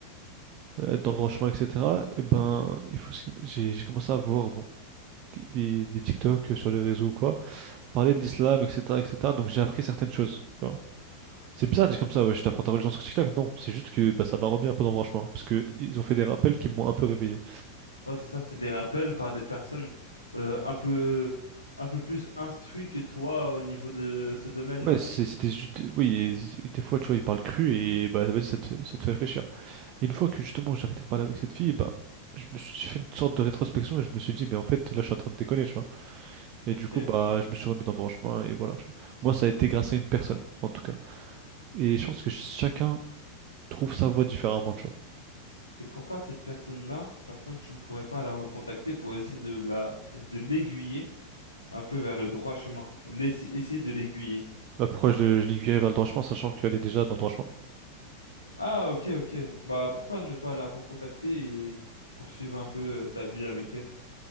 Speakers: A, on the right; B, on the left.
A: euh, être dans le droit chemin, etc. Et ben, il faut. se- J'ai j'ai commencé à voir bon, des, des, des TikTok euh, sur les réseaux ou quoi, parler de l'islam, etc., etc. Donc j'ai appris certaines choses. tu vois. C'est bizarre de dire comme ça, ouais, je t'apprends ta religion sur TikTok. Non, c'est juste que bah, ça m'a remis un peu dans le droit chemin, parce que ils ont fait des rappels qui m'ont un peu réveillé.
B: Ouais, c'est ça, c'est des rappels par des personnes euh, un peu un peu plus instruites que toi au niveau de ce domaine-là.
A: Ouais, c'est- c'était juste, oui, et- et des fois, tu vois, ils parlent cru et bah vas-y, ça te, ça te fait réfléchir. Et une fois que justement j'ai arrêté de parler avec cette fille, bah, je me suis j'ai fait une sorte de rétrospection et je me suis dit, mais en fait, là, je suis en train de déconner, tu vois. Et
B: Ok.
A: du coup,
B: Et
A: bah, je me suis remis dans le droit chemin et voilà. tu vois. Moi, ça a été grâce à une personne, en tout cas. Et je pense que ch- chacun trouve sa voie différemment, tu vois.
B: pourquoi cette personne-là, par exemple, tu ne pourrais pas la recontacter pour essayer de la de l'aiguiller? un peu vers le droit chemin. Laisse- essayez de l'aiguiller.
A: Bah, pourquoi je, je l'aiguillais vers le droit chemin, sachant qu'elle est déjà dans le droit chemin.
B: Ah, ok, ok. Bah, pourquoi ne pas la recontacter et poursuivre un peu euh, ta vie avec elle?